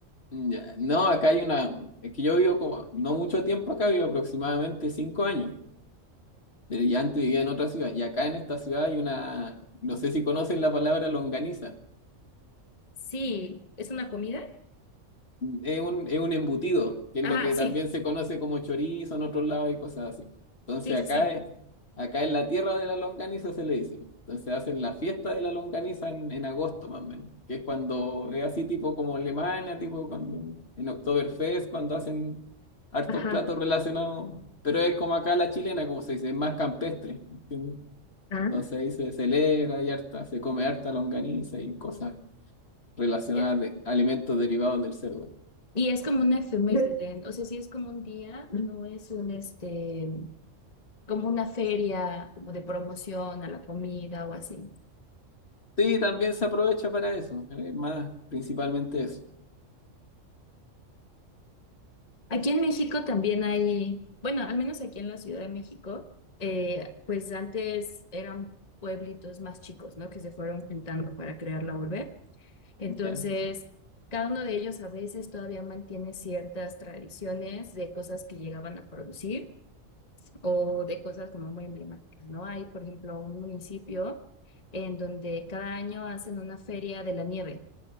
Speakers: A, on the left; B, on the left.
A: ya, no, acá hay una, es que yo vivo como, no mucho tiempo acá, vivo aproximadamente cinco años, pero ya antes vivía en otra ciudad, y acá en esta ciudad hay una, no sé si conocen la palabra longaniza,
B: Sí, ¿es una comida?
A: Es un, es un embutido, que es
B: Ajá,
A: lo que
B: sí.
A: también se conoce como chorizo en otros lados y cosas así. Entonces
B: Sí, sí,
A: acá,
B: sí.
A: es- acá en la tierra de la longaniza se le dice. Entonces hacen la fiesta de la longaniza en, en agosto más o menos, que es cuando es así tipo como Alemania, tipo cuando en Oktoberfest, cuando hacen hartos
B: Ajá.
A: platos relacionados, pero es como acá la chilena, como se dice, es más campestre, ¿entiendes?
B: Ah,
A: Entonces ahí se celebra y harta, se come harta longaniza y cosas relacionadas
B: ya.
A: de alimentos derivados del cerdo.
B: Y es como una efeméride, ¿no? o sea, sí es como un día, no es un este, como una feria como de promoción a la comida o así.
A: Sí, también se aprovecha para eso, eh, más principalmente eso.
B: Aquí en México también hay, bueno, al menos aquí en la Ciudad de México, eh, pues antes eran pueblitos más chicos, ¿no? Que se fueron juntando para crear la urbe. Entonces,
A: Ya,
B: cada uno de ellos a veces todavía mantiene ciertas tradiciones de cosas que llegaban a producir o de cosas como muy emblemáticas, ¿no? Hay, por ejemplo, un municipio en donde cada año hacen una feria de la nieve,